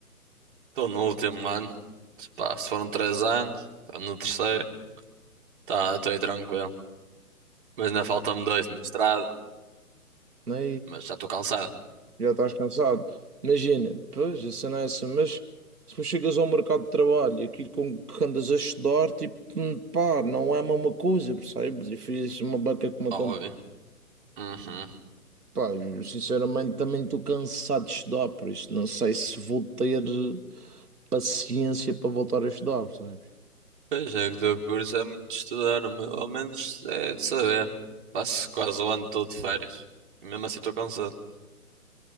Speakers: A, on the right; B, on the right.
A: Estou no último ano. Se Pá, se foram três anos, estou no terceiro. Tá, estou aí tranquilo. Mas ainda faltam-me dois no mestrado.
B: Pá,
A: Mas já estou cansado.
B: Já estás cansado. Imagina, depois a cena é essa, mas depois chegas ao mercado de trabalho, e aquilo com que andas a estudar, tipo, hum, pá, não é a mesma coisa, percebes? E fiz uma beca que me aconteceu.
A: Óbvio. Uhum.
B: Pá, eu, sinceramente também estou cansado de estudar, por isso não sei se vou ter paciência para voltar a estudar, percebes?
A: Pois é, que o teu curso é muito estudar, mas ao menos é de saber. Passo quase o ano todo de férias. E mesmo assim estou cansado.